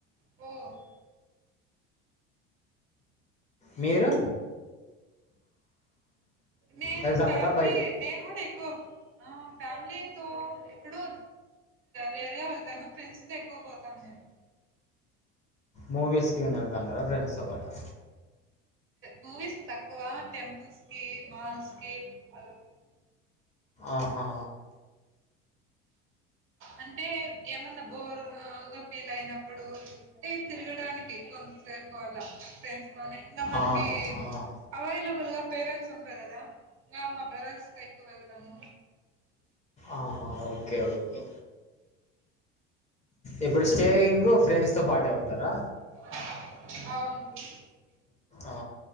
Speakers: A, on the right (about 45°); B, on the left (about 25°).
A: ఉ
B: మీరు
A: నేను
B: వెళ్తాంటారా
A: ఫ్యామిలీ
B: బయటికి
A: నేను కూడా ఎక్కువ్ ఆ ఫ్యామిలీతో ఎక్కడో రేర్గా వెళ్తాను ఫ్రెండ్స్ తో ఎక్కువ పోతాను నేను
B: మూవీస్కిగిన వెల్తాంటారా ఫ్రెండ్స్ తో పాటు
A: మూవీస్ తక్కువ టెంపుల్స్ కి మాల్స్ కి అలా
B: ఆహా
A: అంటే ఏమన్నా బోర్ గా ఫీల్ అయినప్పుడు అంటే తిరగడానికి కొంతసేపు అలా ఫ్రెండ్స్తోమనాకి
B: ఆహా
A: అవైలబుల్ గా పేరెంట్స్ ఉంటరు. కదా ఇగా మా బ్రదర్స్ తో ఎక్కువ వెళ్తాను
B: అహ ఓకే ఓకే ఇప్పుడు స్టేయింగ్ ఫ్రెండ్స్ తో పాటే ఉంటారా
A: అవును
B: ఆ